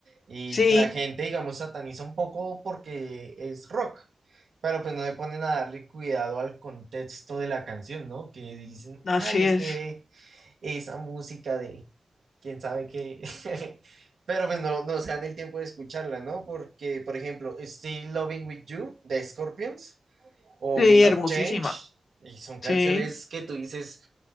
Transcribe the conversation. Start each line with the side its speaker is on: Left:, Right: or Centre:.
Right: Y
Left: Sí,
Right: que la gente, digamos, sataniza un poco porque es rock. Pero pues no le ponen a darle cuidado al contexto de la canción, ¿no? Que dicen,
Left: así
Right: ay, es
Left: es.
Right: que esa música de quién sabe qué. <laughs> Pero pues no, no se dan el tiempo de escucharla, ¿no? Porque, por ejemplo, Still Loving With You de Scorpions o
Left: Sí,
Right: Wind
Left: hermosísima.
Right: of Change, y son canciones
Left: Sí,
Right: que tú dices